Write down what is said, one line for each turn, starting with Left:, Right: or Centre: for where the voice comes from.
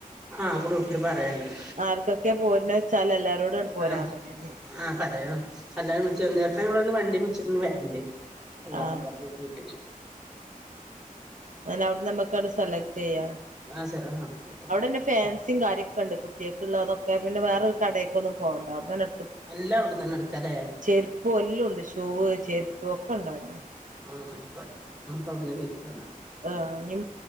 Centre: ആഹ് ഗ്രൂപ് പ്പിൽ പറയേണ്ടത്
Right: ആർക്കൊക്കെ പോരുണെച്ചാല് എല്ലാരോടും ങ്ങട് പോരാൻ
Centre: ആഹ്
Right: പറയല്ലേ
Centre: ആഹ് പറയോ എല്ലാരും വിളി <unintelligible> ചെലപ്പം ഞങ്ങളിന്ന് വണ്ടി വിളിച്ചിട്ടന്ന് വരണ്ട് എല്ലാരും
Right: ആഹ്
Centre: പട കുട്ടീട്ട്
Right: <unintelligible> നമ്മുക്കവിടെ സെലക്ട് ചെയ്യാം
Centre: ആഹ് ശരി ആഹ് <unintelligible> ക്കൂട്ടന്ന
Right: പിന്നെ ഫാൻസിം കാര്യൊക്കെ ഉണ്ട് കുട്ടികക്കുള്ളതൊക്കെ പിന്നെ വേറൊരു കടെക്കൊന്നും പോവേണ്ട അവിടെത്തന്നെ
Centre: എല്ലാ അവിടെന്ന് ന്നെ എടുക്കാലേ
Right: ചെരുപ്പ് എല്ലാം ഉണ്ട് ഷൂവ്, ചെരുപ്പ് ഒക്കെ ഉണ്ടവിടെ
Centre: ആഹ് ആയിക്കോട്ടന്ന നമ്മക്ക വിട്ന്ന് വേടിക്കാന്ന
Right: ആഹ്